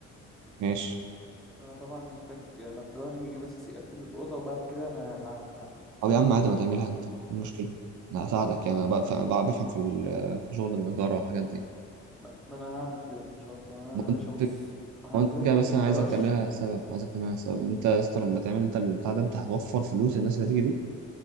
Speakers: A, on the right (about 75°); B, in the centre.
A: ماشي
B: فأنا طبعا محتاج نجار يجي بس يقفل لي الأوضة وبعد كده أنا هتعامل عادي
A: طب يا عم عادي ما تعملها أنت إيه المشكلة أنا هساعدك يعني أنا بف-
B: ما,
A: ب- بفهم في ال- في شغل النجارة والحاجات دي
B: ما, ما أنا هعمل كده إن شاء الله
A: ما
B: أنا يا باشا
A: أنت
B: بص هنزل
A: ما أنت كده بس
B: الجراج
A: أنا عايزك تعملها سبب عايزك تعملها سبب أنت يا
B: مم.
A: اسطى لما تعمل أنت البتاع ده أنت هتوفر فلوس الناس اللي هتيجي دي